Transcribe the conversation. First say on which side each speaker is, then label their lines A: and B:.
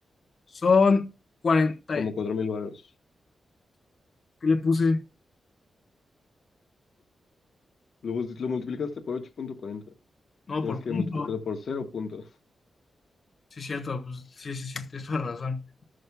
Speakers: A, on the left; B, on the left.
A: Son cuarenta
B: como
A: y-
B: 4.000 varos.
A: ¿qué le puse?
B: Lo, bus- lo multiplicaste por ocho punto cuarenta
A: No,
B: Tienes
A: por
B: que
A: punto.
B: multiplicarlo por cero punto.
A: Sí, es cierto, pues sí, sí, sí, tienes toda la razón.